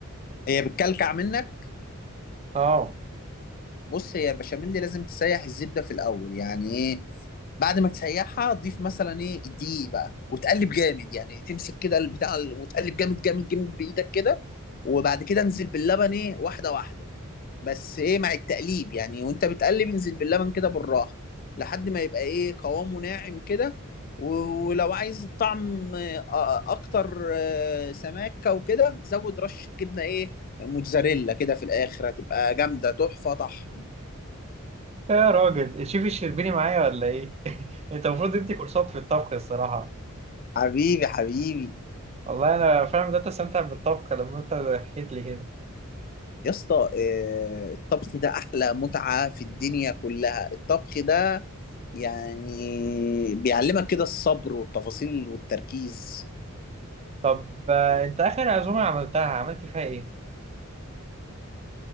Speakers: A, on the left; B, on the right.
A: هي بتكلكع منك
B: اه
A: بص هي البشاميل دي لازم تسيح الزبده في الاول يعني ايه بعد ما تسيحها ضيف مثلا ايه الدقيق بقى وتقلب جامد يعني تمسك كده البتاع ال- وتقلب جامد جامد جامد بايدك كده وبعد كده انزل باللبن ايه واحده واحده بس ايه مع التقليب يعني وانت بتقلب انزل باللبن كده بالراحه لحد ما يبقى ايه قوامه ناعم كده و- ولو عايز الطعم آه، اكتر آه، سماكه وكده زود رشه جبنه ايه موتزاريلا كده في الاخر هتبقى جامده تحفه طحن
B: يا راجل الشيف الشربيني معايا ولا ايه <laughs> انت المفروض تدي كورسات في الطبخ الصراحه
A: حبيبي حبيبي
B: والله انا فعلا بدات استمتع بالطبخ لما انت حكيت لي كده
A: يا اسطى آه، الطبخ ده احلى متعه في الدنيا كلها الطبخ ده يعني بيعلمك كده الصبر والتفاصيل والتركيز
B: طب آه، انت اخر عزومه عملتها عملت فيها ايه